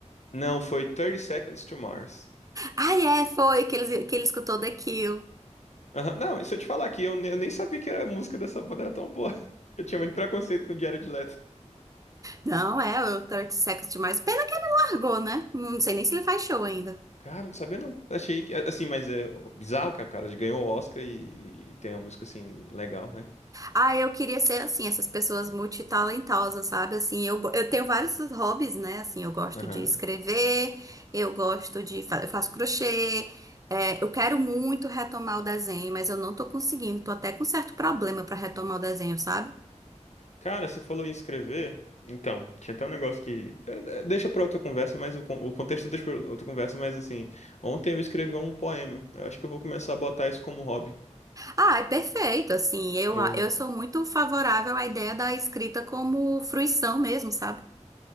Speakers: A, on the left; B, on the right.
A: Não, foi Thirty Seconds to Mars.
B: ai é, foi que ele, que ele escutou The Kill.
A: Aham. Não, e se eu te falar aqui, eu, ne- eu nem sabia que a música dessa banda era tão boa. <laughs> Eu tinha muito preconceito com o Jared Leto.
B: Não, é o 30 Seconds to Mars. Pena que ele largou, né? Não sei nem se ele faz show ainda.
A: Cara, não sabia não. Achei que, assim, mas é bizarro que o cara ganhou o Oscar e, e tem uma música assim legal, vai.
B: Ah, eu queria ser assim, essas pessoas multitalentosas, sabe? Assim, eu, go- eu tenho vários hobbies, né? Assim, eu gosto
A: Aham.
B: de escrever, eu gosto de, fa- eu faço crochê, é, eu quero muito retomar o desenho, mas eu não tô conseguindo, tô até com certo problema pra retomar o desenho, sabe?
A: Cara, você falou em escrever. Então, tinha até um negócio que. eh, eh, Deixa pra outra conversa, mas o, con- o contexto deixa pra outra conversa, mas assim. Ontem eu escrevi um poema. Eu acho que eu vou começar a botar isso como hobby.
B: Ah, é perfeito, assim, eu,
A: Eu
B: a- eu sou muito favorável à ideia da escrita como fruição mesmo, sabe?